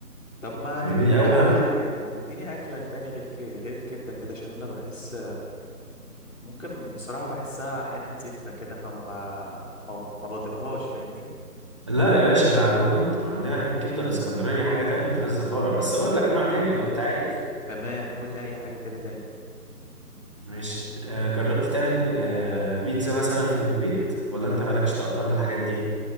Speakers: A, on the left; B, on the right.
A: طب ما
B: فاهمني
A: تديني
B: او
A: اكل
B: اهم
A: يعني ما تديني اكله تاني غير ك... غير الكبده كده عشان انا بحس ممكن بصراحه بحسها احيانا زفره كده فما ب... ما ما بطيقهاش فاهمني
B: لا يا باشا ده عندكم انتوا عندنا الكبده الاسكندرانيه حاجه تانية ما فيهاش زفاره بس اقول لك نوع تاني لو انت عايز
A: تمام قول لي اي حاجه كده تاني
B: مش آه، جربت تعمل بي... آه، بيتزا مثلا في البيت ولا انت مالكش تقطن للحاجات دي